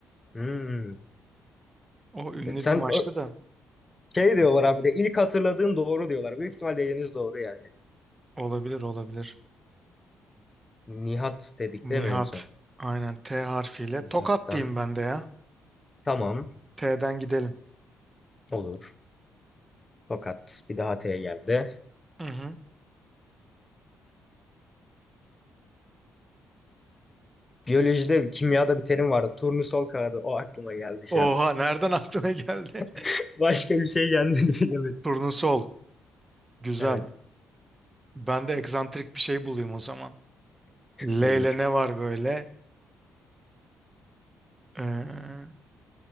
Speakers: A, on the left; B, on the right.
A: Hmm.
B: O ünlü
A: Sen
B: bir maçtı da.
A: Şey diyorlar abi de ilk hatırladığın doğru diyorlar. Büyük ihtimal dediğiniz doğru yani.
B: Olabilir olabilir.
A: Nihat dedik değil
B: Nihat.
A: mi en son?
B: Aynen T harfiyle. Tokat
A: Nihat'tan.
B: diyeyim ben de ya.
A: Tamam
B: T'den gidelim.
A: olur. Fakat bir daha T'ye geldi.
B: Hı hı.
A: Biyolojide, kimyada bir terim vardı. Turnusol kağıdı. O aklıma geldi şu
B: Oha
A: an.
B: nereden aklına geldi?
A: <laughs> Başka bir şey gelmedi <laughs> bilemedim.
B: <laughs> Turnusol. Güzel.
A: Evet
B: Ben de egzantrik bir şey bulayım o zaman. L
A: olur.
B: ile ne var böyle? Ee,